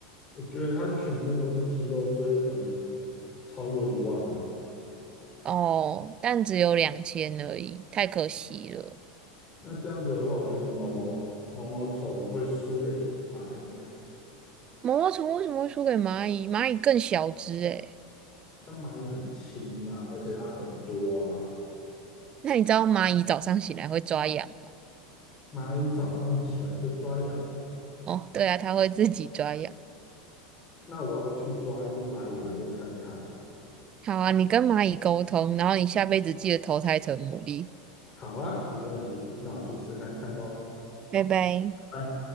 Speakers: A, on the left; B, on the right.
A: 我觉得它全身都是肌肉，所以可能超过一万啊。
B: 哦，但只有两千而已，太可惜了。
A: 那这样子的话，我觉得毛毛毛毛虫会输给蚂蚁耶，
B: 毛毛虫为什么会输给蚂蚁？蚂蚁更小只诶。
A: 但蚂蚁很轻啊，而且它很多啊。
B: 那你知道蚂蚁早上醒来会抓痒吗？
A: 蚂蚁早上起来会抓痒，
B: 哦，对啊，它会自己抓痒。
A: 那我要去抓一只蚂蚁来问看看。
B: 好啊，你跟蚂蚁沟通，然后你下辈子记得投胎成牡蛎。
A: 好啊，没问题，那我去试看看喽。
B: 拜拜。
A: 拜。